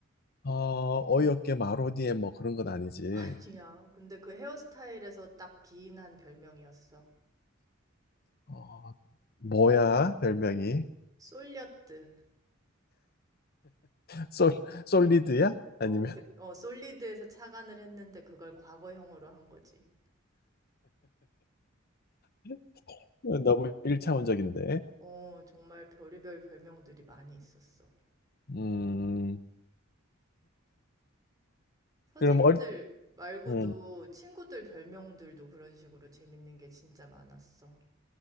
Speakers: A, on the left; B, on the right.
A: 어, 어이없게 마로디엠 뭐 그런 건 아니지.
B: 아니야, 근데 그 헤어스타일에서 딱 기인한 별명이었어.
A: 어, 뭐야, 별명이?
B: 솔려뜨.
A: 솔, 솔리드야?
B: 어,
A: 아니면,
B: 그, 어, 솔리드에서 착안을 했는데 그걸 과거형으로 한 거지.
A: <laughs> 너무 일차원적인데.
B: 어, 정말 별의별 별명들이 많이 있었어.
A: 음,
B: 선생님들
A: 그럼
B: 말고도
A: 어
B: 친구들 별명들도 그런 식으로 재밌는 게 진짜 많았어.